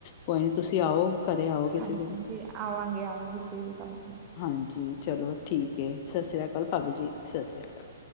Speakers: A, on the left; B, on the right.
A: ਕੋਈ ਨੀ ਤੁਸੀਂ ਆਓ। ਘਰੇ ਆਓ ਕਿਸੇ
B: ਹਾਂਜੀ-
A: ਦਿਨ
B: ਹਾਂਜੀ ਆਂਵਾਂਗੇ- ਆਂਵਾਂਗੇ ਜ਼ਰੂਰ ਆਂਵਾਂਗੇ।
A: ਹਾਂਜੀ ਚਲੋ ਠੀਕ ਐ ਸੱਸਰੀਕਾਲ ਭਾਬੀ ਜੀ ਸੱਸਰੀਕਾਲ।